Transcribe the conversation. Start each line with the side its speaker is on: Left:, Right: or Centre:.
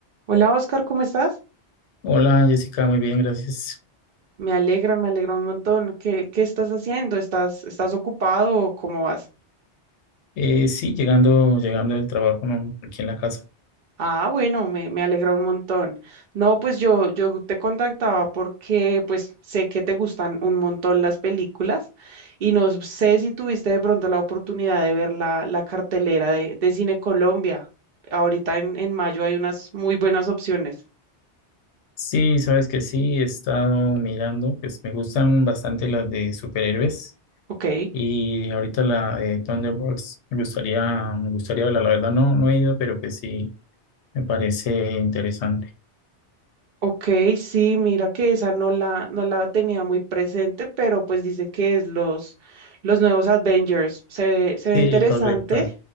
Right: Hola Oscar, ¿cómo estás?
Left: Hola Jessica, muy bien, gracias.
Right: Me alegra, me alegra un montón. ¿Qué, qué estás haciendo? ¿Estás, estás ocupado o cómo vas?
Left: Eh, sí, llegando, llegando del trabajo, ¿no? Aquí en la casa.
Right: Ah, bueno, me, me alegra un montón. No, pues yo, yo te contactaba porque pues sé que te gustan un montón las películas y no sé si tuviste de pronto la oportunidad de ver la, la cartelera de, de Cine Colombia. Ahorita en, en mayo hay unas muy buenas opciones.
Left: Sí, sabes que sí, he estado mirando, pues me gustan bastante las de superhéroes
Right: Ok.
Left: y ahorita la de Thunderbolts me gustaría, me gustaría verla, la verdad no, no he ido, pero que sí, me parece interesante.
Right: Ok, sí, mira que esa no la, no la tenía muy presente, pero pues dice que es los, los nuevos Avengers. Se, ve- se ve
Left: Sí,
Right: interesante.
Left: correcto.